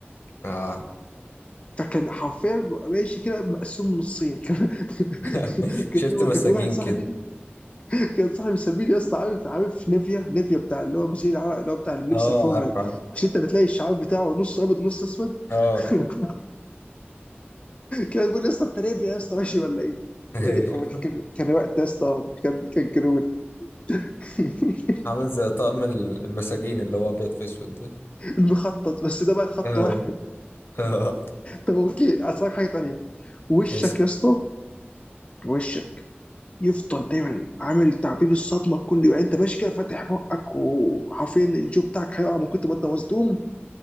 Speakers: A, on the left; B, on the left.
A: اه
B: فكان حرفيا ببقى ماشي كده مقسوم نصين <laughs> كان
A: <laughs>
B: كان
A: شفت
B: في
A: مساجين
B: كان في واحد صاحبي
A: كده
B: كان صاحبي مسميني يا اسطى عارف عارف نيفيا نيفيا بتاع اللي هو مش العرق اللي هو بتاع لبس
A: اه
B: الفورمال
A: عارف عارف
B: مش انت بتلاقي الشعار بتاعه نص ابيض ونص اسود
A: اه
B: <laughs> كان بيقول لي يا اسطى انت نيفيا يا اسطى ماشي ولا ايه؟
A: <laughs>
B: هي دي الأمور. كان كان وقت يا اسطى كان كان جنون <laughs>
A: عامل زي طقم المساجين اللي هو ابيض في اسود ده
B: المخطط بس ده بقى خط
A: آه.
B: واحد
A: <laughs> آه.
B: طب اوكي اسالك حاجه تانيه وشك
A: ماشي
B: يا اسطى وشك يفضل دايما عامل تعبيب الصدمه كل يوم يعني انت ماشي كده فاتح بقك وحرفيا الجو بتاعك هيقع من كتر ما انت مصدوم